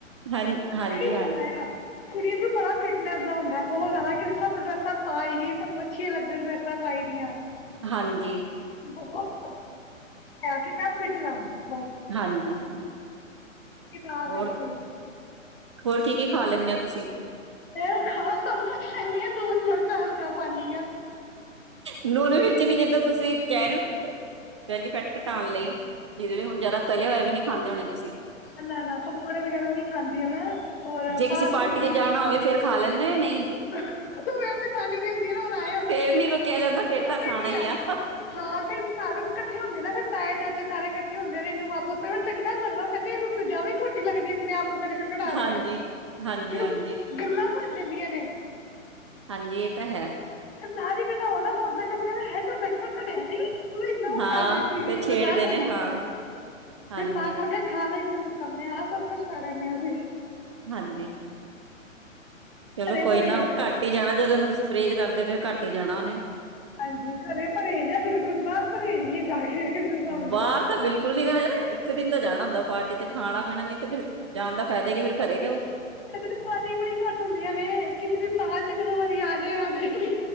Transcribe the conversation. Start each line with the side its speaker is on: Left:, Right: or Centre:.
Right: ਹਾਂ ਹਾਂਜੀ
Left: ਨਹੀਂ
Right: ਹਾਂਜੀ
Left: ਹੁੰਦਾ ਯਾਰ ਕੁੜੀ ਨੂੰ ਬੜਾ ਫਿਟ ਮਜ਼ਾ ਹੁੰਦਾ ਬਹੁਤ ਜ਼ਿਆਦਾ ਕਿ ਸਭ ਡਰੈਸਾਂ ਪਾਈ ਹੀ ਸਾਨੂੰ ਅੱਛੀਆਂ ਲੱਗਣ ਡਰੈਸਾਂ ਪਾਈ ਦੀਆਂ।
Right: ਹਾਂਜੀ
Left: ਬਹੁਤ ਕਿਹਾ ਕਿ ਮੈਂ ਫਿਟ ਰਵਾ
Right: ਹਾਂਜੀ <unintelligible>
Left: ਤਾਂ
Right: ਹੋਰ
Left: ਕਰਕੇ
Right: ਹੋਰ ਕੀ ਕੀ ਖਾ ਲੈਂਦੇ ਹੋ ਤੁਸੀਂ।
Left: ਫਿਰ ਖਾ ਸਭ ਕੁਛ ਲੈਂਦੀ ਆ <inaudible> <unintelligible>
Right: ਨੂਨ ਵਿੱਚ ਨੀ ਜਿੱਦਾਂ ਤੁਸੀਂ ਕਹਿ ਰਹੇ ਹੋ ਪਹਿਲੀ ਫੈਟ ਘਟਾਉਣ ਲਈ ਜਿਹਦੇ ਹੁਣ ਜਿਆਦਾ ਤਲਿਆ ਹੋਇਆ ਵੀ ਨੀ ਖਾਂਦੇ ਹੋਣੇ। ਤੁਸੀਂ
Left: <inaudible> ਨਾ ਨਾ ਨਾ ਪਕੌੜੇ ਵਗੈਰਾ ਨੀ ਖਾਂਦੀ ਆ ਮੈਂ ਔਰ
Right: ਜੇ
Left: ਫਾਸਟ
Right: ਕਿਸੇ ਪਾਰਟੀ
Left: ਫੂਡ
Right: ਚ
Left: ਵੀ।
Right: <inaudible> ਖਾ ਲੈ ਨਹੀਂ ਨਹੀਂ।
Left: ਮੇਰੇ ਤੇ <inaudible> ਹੁਣ ਆਏ ਹੋਣ
Right: ਫੇਰ ਨੀ ਰੁਕਿਆ ਜਾਂਦਾ ਫੇਰ
Left: ਪਤਾ
Right: ਤਾਂ ਖਾਣਾ
Left: ਕੀ
Right: ਹੀ
Left: ਹੈ
Right: ਆ
Left: ਹਾਂ ਫਿਰ ਸਾਰੇ ਇਕੱਠੇ ਹੁੰਦੇ। ਫਿਰ ਤਾਏ ਚਾਚੇ ਸਾਰੇ ਇਕੱਠੇ ਹੁੰਦੇ ਨੇ ਨੂੰਹਾਂ ਪੁੱਤ ਚੰਗਾ ਲਗਦਾ ਕਹਿੰਦੇ ਪਹਲੇ ਨਾਲੋ ਜਦੇ ਹੀ <inaudible> ਮੋਟੀ ਲਗਦੀ ਆਪਣੇ ਆਪ <inaudible> ਵਜਨ ਕਟਾ
Right: ਹਾਂਜੀ
Left: ਰਹੀ ਏ
Right: ਹਾਂਜੀ
Left: ਫਿਰ
Right: ਹਾਂਜੀ
Left: ਓਹ ਗੱਲ। ਬਣ ਜਾਂਦੀਆਂ ਨੇ।
Right: ਹਾਂਜੀ ਇਹ ਤਾਂ ਹੈ।
Left: ਨਾ ਵੀ ਘਟਾਓ ਨਾ ਉਹ <inaudible> ਹਲੇ ਤੱਕ ਤੇਰਾ ਵਜਨ ਘਟਿਆ ਨੀ। ਉਹ ਨਾ ਐਨਾ ਓਹ
Right: ਹਾਂ
Left: ਕਰ ਰਹੀ ਸੀ
Right: ਤੇ
Left: ਕਿ ਮਜ਼ਾਕ
Right: ਛੇੜਦੇ
Left: ਬਣਾਂਦੇ
Right: ਨੇ ਹਾਂ
Left: ਆ
Right: ਹਾਂਜੀ
Left: ਫਿਰ ਤਾਂ ਕੇ ਖਾ ਲਈ ਦਾ। <inaudible> ਸਭ ਕੁਛ ਖਾ ਲੈਂਦੇ ਆ ਅਸੀਂ।
Right: ਹਾਂਜੀ। ਚਲੋ
Left: ਘਰੇ
Right: ਕੋਈ
Left: ਪਰਹੇਜ
Right: ਨਾ
Left: ਹੈ
Right: ਘੱਟ ਹੀ ਜਾਣਾ ਜਦੋਂ ਨੂੰ ਤੁਸੀਂ। ਪਰੇਜ ਕਰਦੇ ਫਿਰ ਘੱਟ ਹੀ ਜਾਣਾ ਉਹਨੇ।
Left: ਹਾਂਜੀ, ਘਰੇ ਪਰੇਜ ਆ ਬਿਲਕੁਲ ਬਾਹਰ ਪਰੇਜ ਨਹੀਂ ਹੈ। ਜਾ ਕੇ ਕਿਸੇ ਦੇ ਸਾਹਮਣੇ
Right: ਬਾਹਰ ਤਾਂ ਬਿਲਕੁਲ ਨੀ ਕਰੇਗਾ। ਇੱਕ ਦਿਨ ਦਾ ਜਾਣਾ ਹੁੰਦਾ ਪਾਰਟੀ ਚ ਖਾਣਾ ਪੀਣਾ ਨਹੀਂ ਤੇ ਫਿਰ। ਜਾਣ ਦਾ ਫਾਇਦਾ
Left: ਸਾਡੇ
Right: ਕੀ ਫਿਰ ਘਰੇ ਹੀ ਰਹੋ
Left: ਘਰੇ ਪਾਰਟੀ ਬੜੀ ਘੱਟ ਹੁੰਦੀਆਂ ਨੇ। <inaudible> ਕਿਸੇ ਦੇ ਸਾਲ ਚ ਕਦੋਂ ਵਾਰੀ ਆਜੇ ਆਜੇ ਨਹੀਂ।